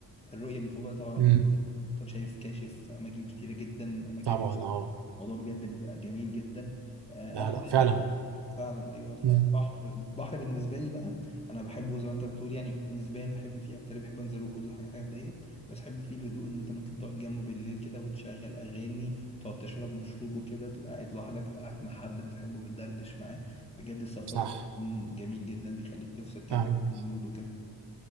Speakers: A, on the left; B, on the right.
A: الرؤية من فوق بقى طبعا
B: امم
A: جميلة تبقى شايف كاشف أماكن كتيرة جدا أماكن
B: طبعا
A: واسعة
B: اه
A: الموضوع بجد بيبقى جميل جدا آه،
B: لا
A: أنا
B: لا فعلا
A: فعلا أيوه فعلا
B: امم
A: بحر البحر بالنسبة لي بقى أنا بحبه زي ما أنت بتقول يعني نسبيا بحب فيه أكتر بحب أنزله كل حاجة حاجات دي بس بحب فيه الهدوء إن أنت ممكن تقعد جنبه بالليل كده وتشغل أغاني تقعد تشرب مشروب وكده تبقى قاعد لوحدك أو قاعد مع حد بتحبه بتدردش معاه بجد السفر
B: صح
A: بيكون جميل جدا بيخليك تفصل جدا
B: ايوه أيوة.
A: من المود وكده